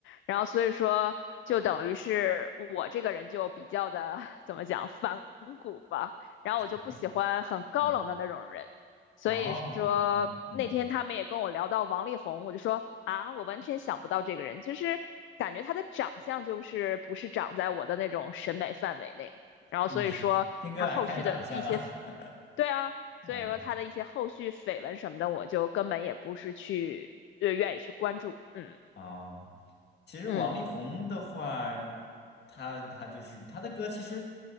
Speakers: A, on the left; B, on the left.
A: 然后所以说，就等于是我这个人就比较的 <laughs> 怎么讲反骨吧，然后我就不喜欢很高冷的那种人，
B: 嗯 <laughs> 嗯。
A: 所以说那天他们也跟我聊到王力宏，
B: 哦，这样子，嗯，
A: 我就说啊，我完全想不到这个人，就是感觉他的长相就是不是长在我的那种审美范围内，然后所以说他后续的一些，
B: 哇你 <laughs> 听歌还看长相啊？<laughs>
A: 对啊，所以说他的一些后续绯闻什么的，
B: 嗯，
A: 我就根本也不是去呃愿意去关注。嗯
B: 哦，其实王力宏的话，
A: 嗯，
B: 他他就是他的歌，其实